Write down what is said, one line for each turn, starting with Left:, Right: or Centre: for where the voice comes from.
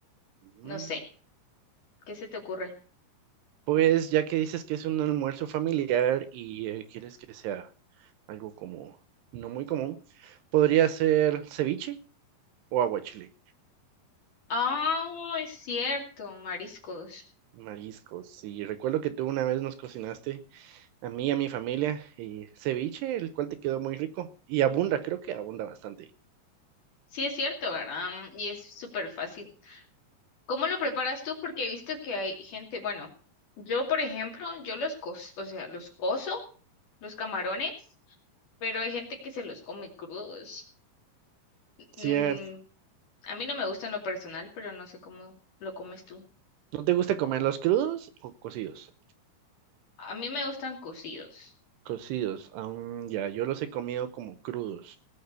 Left: No
Right: Mm,
Left: sé, ¿qué se te ocurre?
Right: Pues ya que dices que es un almuerzo familiar y eh, quieres que sea algo como no muy común, podría ser ceviche o aguachile,
Left: Ah, es cierto, mariscos.
Right: mariscos. Y recuerdo que tú una vez nos cocinaste a mí y a mi familia y ceviche, el cual te quedó muy rico y abunda, creo que abunda bastante.
Left: Sí, es cierto, ¿verdad? Y es súper fácil. ¿Cómo lo preparas tú? Porque he visto que hay gente, bueno, yo, por ejemplo, yo los co, o sea, los coso, los camarones, pero hay gente que se los come crudos. Mm,
Right: Cierto.
Left: a mí no me gustan lo personal, pero no sé cómo lo comes tú.
Right: ¿No te gusta comerlos crudos o cocidos?
Left: A mí me gustan cocidos.
Right: Cocidos, aún ya, yo los he comido como crudos.